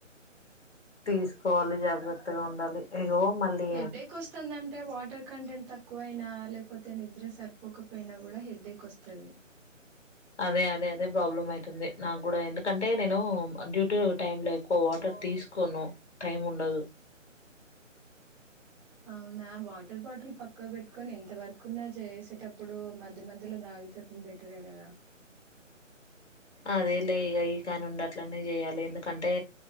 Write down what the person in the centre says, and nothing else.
హెడేక్ వస్తుందంటే వాటర్ కంటెంట్ తక్కువయినా లేకపోతే నిద్ర సరిపోకపోయినా కూడా హెడ్డేక్ వస్తుంది
అవునా వాటర్ బాటిల్ పక్క పెట్టుకొని ఎంత వరకున్నా చేసేటప్పుడు మధ్య మధ్యలో దా అయితేకుం బెటరే కదా